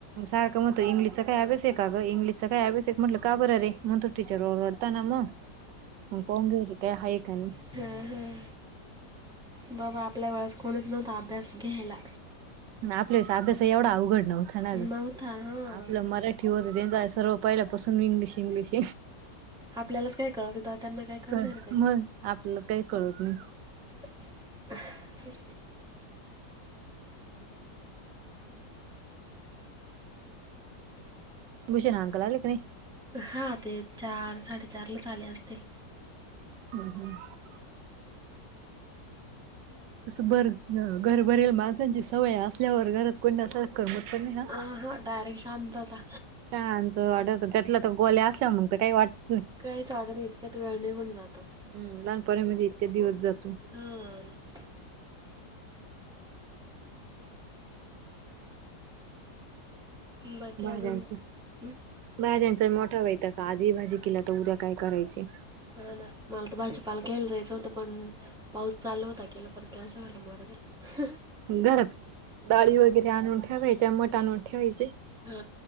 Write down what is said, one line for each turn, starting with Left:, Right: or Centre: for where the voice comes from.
Right: सारखं मग इंगलिश चा काय अभेस काग इंग्िश काही अभ्यास एक म्हटलं का बरे म्हणट टीचर र वारताना म म कोंग काय हा काणी
Centre: हां ह बाबा आपल्या वेळेस कोणीच नव्हता अभ्यास घ्यायला.
Right: ना आपल्या अभ्यास एवढा अवघड नव्हतां नाग
Centre: नव्हता हा
Right: आपलं मराठी होत त्यांचा सर्व पहिल्यापासून इंग्लिश इंग्लिश
Centre: आपल्यालाच काय कळत होतं त्यांना काय कळणार
Right: मग आपल्याला काही कळत नाही.
Centre: अ <unintelligible>
Right: गुष नाांकला ललेकणे
Centre: हां ते चार साडे चार लसलेते.
Right: हम् हम् <inaudible> असं बर घरभरेल माणसांची सवय असल्यावर गर कोणी करत नाही ह
Centre: आ हा डायरेक्ट शांतता
Right: शत वाट घेतलं तर गो अस मग काही वाटत नाही
Centre: काहीच वाटत नाही इतक्यात वेळ निघून जातो
Right: हम् लहानपणीमध्ये इतके दिवस जातो.
Centre: हममम बाकी
Right: भहिजनस
Centre: अजून हं?
Right: भाहिजनसं मोटव आहे त काजी भाजी कला तर उ ज काय करयची.
Centre: हा ना मला तर भाजपाला केलं जायचं होतं पण पाऊस चालू होता गला पर कॅन्सल झालं मारत.
Right: गरम डाळी वगैरे आणून ठेवायचेमट आणून ठेवायचे.
Centre: हा